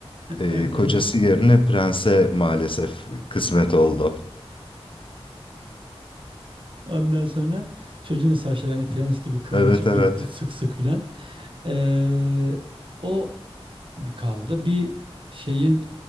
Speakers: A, on the left; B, on the right.
A: E,
B: Evet
A: kocası
B: evet.
A: yerine prense maalesef kısmet oldu.
B: Ondan sonra çocuğun da saçları hani prens gibi kıvırcık
A: Evet evet.
B: ve bu sık sık filan. Ee, o bir kaldı. Bir şeyin